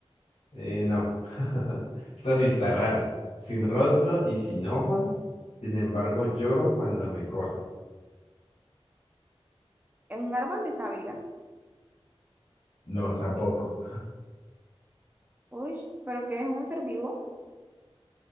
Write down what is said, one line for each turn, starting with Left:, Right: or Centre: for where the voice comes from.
Left: Eh, no. <laughs> Esta sí está rara. Sin rostro y sin ojos, sin embargo lloro cuando me corto.
Right: es un árbol de sábila.
Left: No, tampoco.
Right: Uy, pero que es un ser vivo.